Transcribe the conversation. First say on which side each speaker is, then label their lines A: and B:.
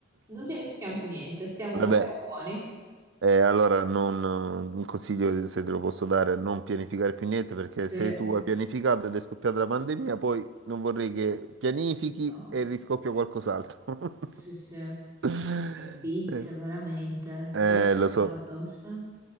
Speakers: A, on the right; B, on the right.
A: non pianifichiamo più niente, stiamo,
B: Vabbè,
A: siamo buoni.
B: Eh, allora, non, un consiglio, se te lo posso dare, non pianificare più niente perché
A: Sì,
B: se tu hai pianificato ed è scoppiata la pandemia, poi non vorrei che pianifichi
A: No.
B: e riscoppia qualcos'altro.
A: sì, sì. sì.
B: <laughs>
A: Che pizza,
B: Eh,
A: veramente.
B: eh,
A: Quella è
B: lo so,
A: la tosta.